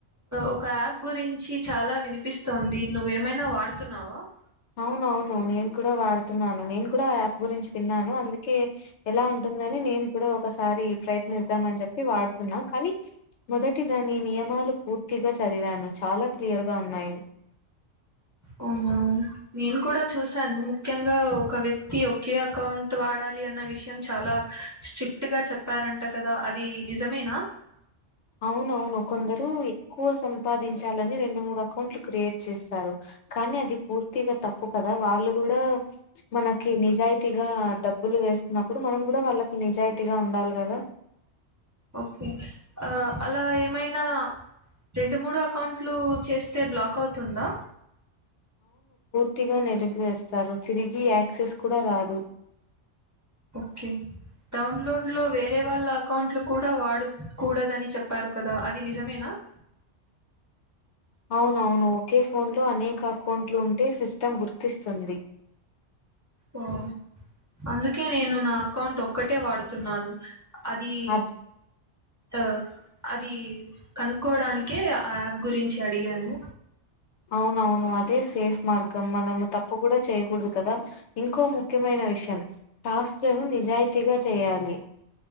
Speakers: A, on the right; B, on the left.
A: ఒక యాప్ గురించి చాల వినిపిస్తుంది నువ్వేమైన వ వాడ్తున్నావ వ
B: అవునవును నేన్ కూడ వాడుతున్నాను నేను కూడా యాప్ గురించి విన్నాను అందుకే ఎలా ఉంటుం దని నేన్ కూడా ఒకసారి ప్రయత్నిద్దామని చెప్పి వాడ్ న్నా కానీ మొదటి దాని నియమాలు పూర్తిగా చదివాను చాలా క్లియర్ గ ఉన్నాయ్
A: అవునవును కూడ చూసాను ముఖ్యంగా ఒక వ్యక్తి ఒకే అకౌంట్ వాడల్ ఏది విషయం చాల స్ట్రిక్ట్ గా చెప్పారంట కదా అది నిజమేన
B: అవునవును కొందరు ఎక్కువ సంపాదించాలని రెండు మూడు అకౌంట్లు క్రియేట్ చేస్తారు కానీ అది పూర్తిగా తప్పు కద వాళ్ళు కూడ మనకి నిజాయితిగా డబ్బులు వేస్తున్నప్పుడు మనం కూడ వాళ్ళకి నిజాయితీగా ఉండాలి కద
A: ఓకే ఆ అలా ఏమైనా రెండు మూడు అకౌంట్లు చెస్తె బ్లాక్ అవుతుందా
B: ర్తిగా నిలిపివేస్తారు తిరిగి యాక్సెస్ కూడ రాదు
A: ఓకే డౌన్లోడ్ లొ వేరే వాళ్ళ అకౌంట్లు కూడ వాడకొడదని చెప్పారు కదా అది నిజమేన <inaudible>
B: అవునవును ఒకే ఫోన్లొ అనేక అకౌంట్లుంటే సిస్టమ్ గుర్తిస్తుంది
A: ఓ అందుకె నేను నా అకౌంట్ ఒక్కటే వాడుతున్నాను అది
B: అద్
A: అ అది కనుక్కోడానికే ఆ యాప్ గురించి అడిగాను
B: అవునవును అదే సేఫ్ మార్గం మనము తప్పు కుడ్ చేయకూడదు కదా ఇంకొ ముఖ్యమైన విషయం టాస్కులని నిజాయితీగ చేయాలి